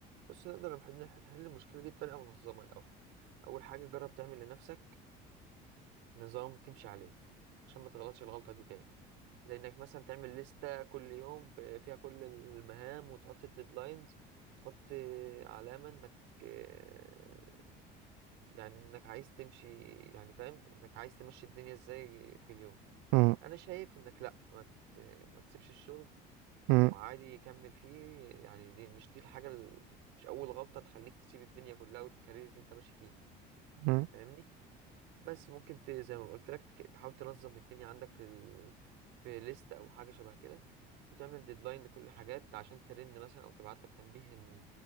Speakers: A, on the right; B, on the right.
A: بص نقدر نحل نحل المشكلة دي بطريقة منظمة الأول اول حاجه جرب تعمل لنفسك نظام تمشي عليه عشان ما تغلطش الغلطه دي تاني زي انك مثلا تعمل لستة كل يوم في- فيها كل المهام وتحط الديدلاينز تحط علامة انك آه، يعني انك عايز تمشي يعني فاهم انك عايز تمشي الدنيا ازاي في اليوم
B: م-
A: انا شايف انك لا ما ت- ما تسيبش الشغل
B: م-
A: وعادي يكمل فيه يعني دي مش دي الحاجة ال- مش اول غلطة تخليك تسيب الدنيا كلها والكارير اللي انت ماشي فيه
B: م-
A: فاهمني بس ممكن ت... زي ما قلت لك تك- تحاول تنظم الدنيا عندك في ال... في ليست او حاجه شبه كده وتعمل ديدلاين لكل الحاجات عشان ترن مثلا او تبعت لك تنبيه إن...